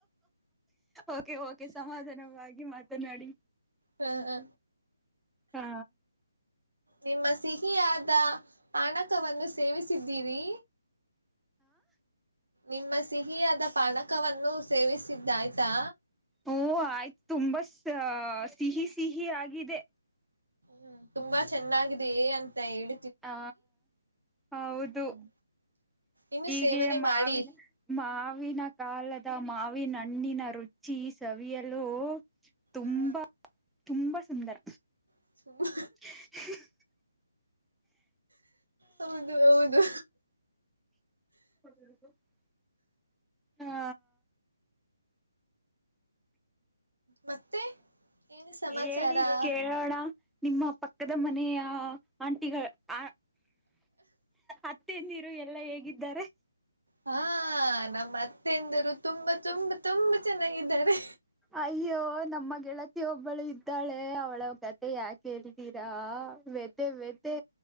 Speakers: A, in the centre; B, on the right.
A: ಓಕೆ ಓಕೆ ಸಮಾಧಾನವಾಗಿ ಮಾತನಾಡಿ.
B: ಹ
A: ಹಾ
B: ನಿಮ್ಮ ಸಿಹಿಯಾದ. ಅಣಕವನ್ನು ಸೇವಿಸಿದ್ದೀರವಿ. ನಿಮ್ಮ ಸಿಹಿಯಾದ ಪಾನಕವನ್ನು ಸೇವಿಸಿದ್ದ ಆಯ್ತಾ.
A: ಓ ಆಯ್ತು ತುಂಬಾ ಸಿ ಸಿಹಿ ಸಿಹಿ ಆಗಿದೆ.
B: ಹ್ಮ್ ತುಂಬಾ ಚೆನ್ನಾಗಿದೆಯೇ ಅಂತ ಹೇಳ
A: ಹಾ ಹೌದು.
B: ಹ್ಮ್ ಇನ್ನು
A: ಹೀಗೆ
B: ಸೇವನೆ
A: ಮಾವಿನ
B: ಮಾಡಿ
A: ಮಾವಿನ ಕಾಲದ ಮಾವಿನ ಹಣ್ಣಿನ ರುಚಿ ಸವಿಯಲು. ತುಂಬಾ
B: ಹ
A: ತುಂಬಾ ಸುಂದರ.
B: <inaudible>
A: <unintelligible>
B: ಹೌದು ಹೌದು.
A: <inaudible> ಹಾ.
B: ಮತ್ತೆ. ಏನು ಸಮಾಚಾರ
A: ಹೇಳಿ ಕೇಳೋಣ ನಿಮ್ಮ ಪಕ್ಕದ ಮನೆಯ ಆಂಟಿಗಳ ಆ ಅತ್ತೆಯಂದಿರು ಎಲ್ಲಾ ಹೇಗಿದ್ದಾರೆ.
B: ಹಾ ನಮ್ಮ ಅತ್ತೆಯಂದಿರು ರ ತುಂಬಾ ತುಂಬಾ ತುಂಬಾ ಚೆನ್ನಾಗಿದ್ದಾರೆ.
A: ಅಯ್ಯೋ ನಮ್ಮ ಗೆಳತಿ ಒಬ್ಬಳು ಇದ್ದಾಳೆ ಅವಳ ಕತೆ ಯಾಕ ಹೇಳಿ. ತೀರಾ ವೇತೆ ವೇತೆ.